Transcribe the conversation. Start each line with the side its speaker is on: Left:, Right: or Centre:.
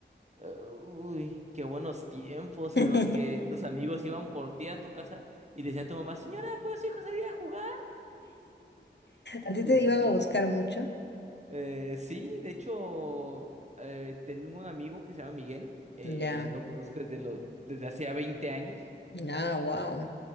Right: Eh, uy, qué buenos tiempos
Left: <laughs>
Right: en los que tus amigos iban por ti a tu casa y decía a tu mamá, señora, ¿puedes su hijo salir a jugar?
Left: ¿A
Right: Ay,
Left: ti
Right: Dios
Left: te iban
Right: mío.
Left: a buscar mucho?
Right: Eh, sí, de hecho, eh, tengo un amigo que se llama Miguel, eh,
Left: Ya,
Right: lo conozco desde, lo, desde hacía 20 años.
Left: ya, wow.